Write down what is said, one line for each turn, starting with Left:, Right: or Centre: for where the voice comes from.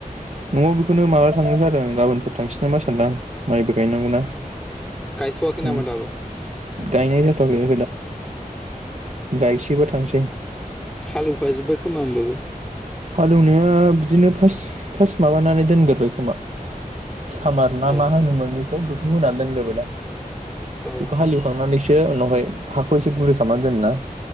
Right: नआव बेखौनो माला थांगनाय जादों गाबोनफोर थांसै नामा सानदां। माइबो गायनांगौना
Centre: गायथवाखै
Right: उम
Centre: नामान दाबो।
Right: गायनाय जाथवाखै। गायसैबा थांसै
Centre: <inaudible> हालौवखाजोब्बाय खोमा होनबाबो।
Right: हालेवनाया बिदिनो। <unintelligible> माबानानै दोनगोरो खोमा। सामार ना
Centre: ए
Right: मा होनोमोन बे। थ' बेखौ होनानै दोनग्रोबोायदां।
Centre: औ
Right: बेखौ हालेवखांनानैसो। बे उनावहाय हाखौ एसे गुरै खामना दोनो ना।